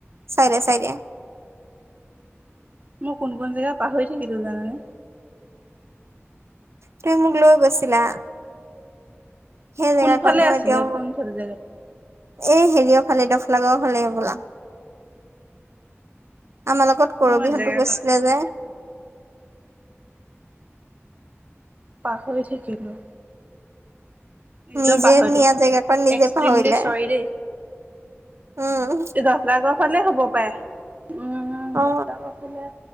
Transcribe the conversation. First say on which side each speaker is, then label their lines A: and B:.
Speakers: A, on the right; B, on the right.
A: চাইডে-চাইডে।
B: মই কোন- কোন জেগা পাহৰি থাকিলোঁ, জানেনে?
A: তুমি মোক লৈ গৈছিলা। সেই, জেগাকন
B: কোনফালে
A: মই
B: আছিলে
A: এতিয়াও
B: কোনফালে জেগাত
A: এই, হেৰিয়ৰ ফালে, দফলাগড় ফালে হ'বলা। আমাৰ লগত কৰবীহঁতো
B: মই জেগা
A: গৈছিলে যে।
B: পাহৰি থাকিলোঁ। একদম
A: নিজে
B: পাহৰিলোঁ,
A: নিয়া জেগাকন নিজে
B: এক্সট্ৰিমলি
A: পাহৰিলে
B: চৰি দেই!
A: উম
B: দফলাগড় ফালে, হ'ব পাৰে! উম। উম,
A: অ
B: দফলাগড় ফালে,